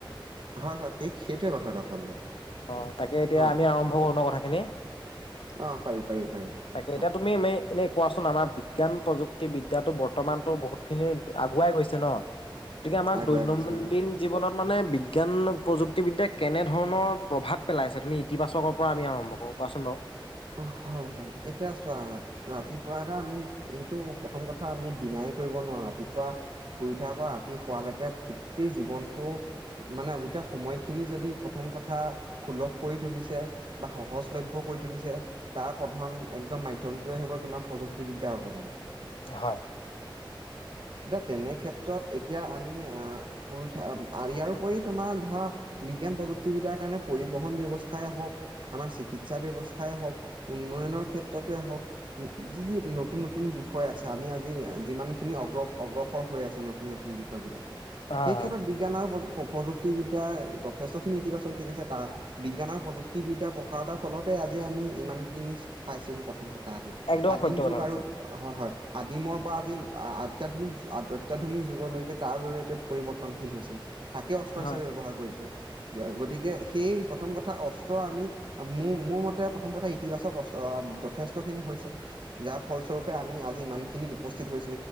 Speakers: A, on the right; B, on the left.
A: হয় হয় সেই সেইটোৱে কথাটো আচলতে
B: অ তাকে এতিয়া
A: হয়
B: আমি আৰম্ভ কৰো ন কথাখিনি
A: অ পাৰি পাৰি পাৰি
B: তাকে এতিয়া
A: হয়
B: তুমি মে এনেই কোৱাচোন আমাৰ বিজ্ঞান প্ৰযুক্তি বিদ্যাটো বৰ্তমানটো বহুত খিনি আগুৱাই গৈছে ন গতিকে আমাৰ
A: আগুৱাই
B: দৈনন্দিন
A: গৈছে হয়
B: জীৱনত মানে বিজ্ঞান প্ৰযুক্তিবিদ্যাক কেনেধৰণৰ প্ৰভাৱ পেলাইছে। তুমি ইতিবাচকৰ পৰা আমি আৰম্ভ কৰোঁ। কোৱাচোন বাও
A: অ হয় হয় এতিয়া চোৱা ৰাতিপুৱা এটা আমি সেইটো প্ৰথম কথা আমি দিনাই কৰিব নোৱাৰো ৰাতিপুৱা শুই উঠাৰ পৰা ৰাতি শুৱালৈকে গোটেই জীৱনটো মানে এতিয়া সময়খিনি যদি প্ৰথম কথা সুলভ কৰি তুলিছে বা সহজলভ্য কৰি তুলিছে তাৰ প্ৰধান একদম মাধ্যমটোৱে হৈ গ'ল তোমাৰ প্ৰযুক্তিবিদ্যাৰ অৱদান।
B: হয়।
A: এতিয়া তেনে ক্ষেত্ৰত এতিয়া আমি শুই উঠাৰ ইয়াৰপৰি তোমাৰ ধৰা বিজ্ঞান প্ৰযুক্তিবিদ্যাৰ কাৰণে পৰিবহণ ব্যৱস্থাই হওক আমাৰ চিকিৎসা ব্যৱস্থাই হওক উন্নয়নৰ ক্ষেত্ৰতে হওক যি যি নতুন নতুন বিষয় আছে আমি আজি যিমানখিনি অগ্ৰ অগ্ৰসৰ হৈ আছো নতুন নতুন বিষয় বিলাকক
B: হয়
A: সেই
B: হয়
A: ক্ষেত্ৰত বিজ্ঞানৰ প্ৰ- প্ৰযুক্তিবিদ্যাৰ যথেষ্ট খিনি ইতিবাচক দিশ আছে তাৰ বিজ্ঞান আৰু প্ৰযুক্তিবিদ্যাৰ প্ৰসাৰতাৰ ফলতে আজি আমি ইমানখিনি পাইছো সি প্ৰথম কথা আহি
B: একদম
A: আদিম
B: সত্য কথা
A: যুগ
B: কৈছা
A: আৰু হয় হয় আদিমৰ পৰা আজি অত্যাধুনিক অত্যাধুনিক যুগলৈকে তাৰ জৰি়য়তে পৰিৱৰ্তনশীল হৈছো। তাকে অস্ত্ৰ
B: হয়
A: হিচাপে ব্যৱহাৰ কৰিছো। গতিকে সেই প্ৰথম কথা অস্ত্ৰ আমি মোৰ মোৰ মতে প্ৰথম কথা ইতিবাচক যথেষ্ট খিনি হৈছে যাৰ ফলস্বৰূপে আমি আজি ইমান খিনিত উপস্থিত হৈ